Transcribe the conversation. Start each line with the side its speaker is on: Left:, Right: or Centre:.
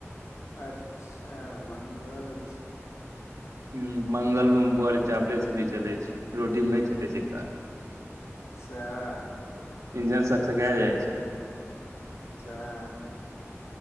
Left: अच्छा मंगल छै।
Right: हु मंगल मे बउवा रे चावले सब्जी चलै छै रोटी मे नहि चलै छै काज
Left: सेह
Right: इंजन सकसकाय जाइ छै।
Left: सेह।